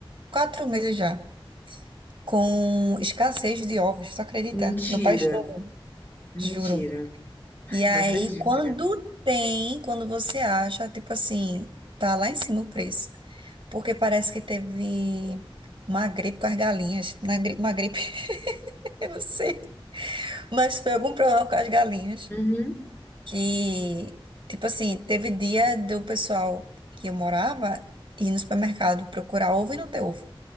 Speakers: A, on the right (about 55°); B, on the left (about 20°).
A: quatro meses já, com escassez de ovos, tu acredita?
B: Mentira,
A: No país todo,
B: mentira.
A: juro. E aí,
B: Não acredito,
A: quando
B: cara.
A: tem, quando você acha, tipo assim, tá lá em cima o preço. Porque parece que teve uma gripe com as galinhas, na gri- uma gripe, <laughs> eu não sei, mas foi algum problema com as galinhas.
B: Uhum.
A: que, tipo assim, teve dia do pessoal que eu morava ir no supermercado procurar ovo e não ter ovo.